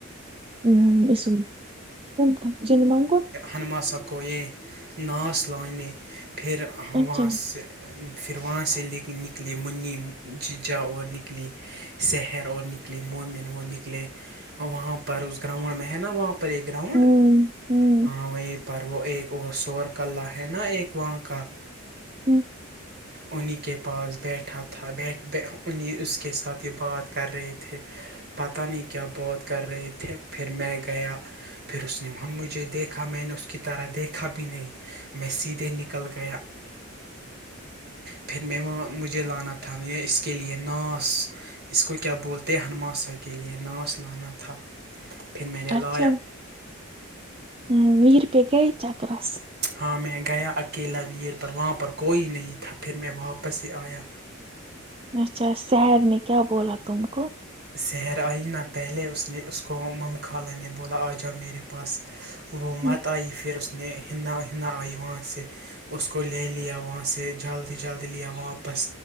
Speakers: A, on the right; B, on the right.
A: ہ اس س تھا جین مانگو
B: ہمنماسا کو یہ ناس لانے پھر وہاں
A: اچھا
B: سے پھر وہاں سے لے نکلی منی جیجا اور نکلی شہر اور نکلی مومن وہ نکلے وہاں پر اس گراؤنڈ میں ہے نا وہاں پر یہ گراؤنڈ
A: ہوں ہوں
B: ہاں وہیں پر وہ ایک وہ شور کلہ ہے نا ایک وہاں کا
A: ہوں
B: انہیں کے پاس بیٹھا تھاٹھ انہیں اس کے ساتھ یہ بات کر رہے تھے پتہ نہیں کیا بہت کر رہے تھے پھر مگ گیا پھر اس نے ہم مجھے دیکھا میں نے اس کی طرح دیکھا بھی نہیں میں سیدھے نکل گیا پھر میں وہاں مجھے لانا تھا ا کے لیئے نس اس کو کیا بولتے ہمنماسا کے لے ناس لانا تھا پھر میں نے لایا
A: اچھا ہ ور پ گیا چکرس
B: ہاں میں گیا اکیلا ویر پر وہاں پر کوئی نہیں تھا پھر میں واپس ہی آیا
A: اچھا سیر نے کیا بولا تم کو
B: میرا ہی نہ پہلے اس نے اس کو کھالا نے بولا اجا میرے پاس وہ
A: ہوں
B: مت آئی پھر اس نے ہننا ہنا آئی وہاں سے اس کو لے لیا وہاں سے جلدی جلدی لیا واپس